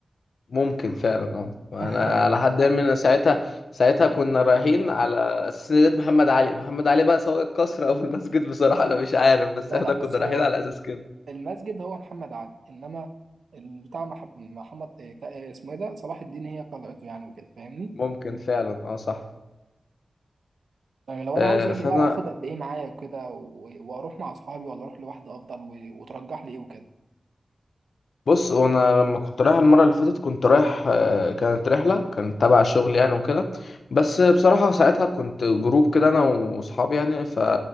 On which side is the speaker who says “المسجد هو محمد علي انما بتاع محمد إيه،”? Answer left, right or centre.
Right